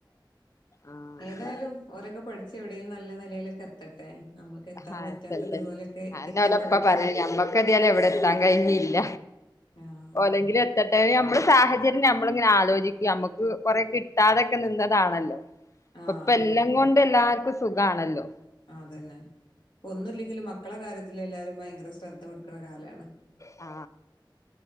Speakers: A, on the left (about 40°); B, on the left (about 70°).
A: ആഹ് അതെ
B: ഏതായാലും ഓരൊക്കെ പഠിച്ച് എവിടെലും നല്ല നിലയിലൊക്കെ എ ത്തട്ടെ നമുക്ക് എത്താൻ
A: ആഹ്
B: പറ്റാത്തതുപോലെയൊക്കെ
A: എത്തട്ടെ അതെന്നെ
B: എത്തിപ്പെടട്ടെ.
A: ഓലപ്പ പറയും <unintelligible> എവിടെ എത്താൻ കഴിഞ്ഞില്ല
B: ആഹ്
A: ഓലെങ്കിലും എത്തട്ടെ നമ്മള് സാഹച നമ്മളിങ്ങനെ ആലോചിക്ക നമ്മുക്ക് കൊറേ കിട്ടാതൊക്കെ നിന്നതാണല്ലോ.
B: ആഹ്
A: ഇപ്പ എല്ലാം കൊണ്ട് എല്ലാർക്കും സുഖാണല്ലോ.
B: ആ അതന്നെ ഒന്നുല്ലെങ്കിലും മക്കളെ കാര്യത്തില് എല്ലാരും ഭയങ്കര ശ്രദ്ധ കൊടുക്കണ കാലമാണ്.
A: ആ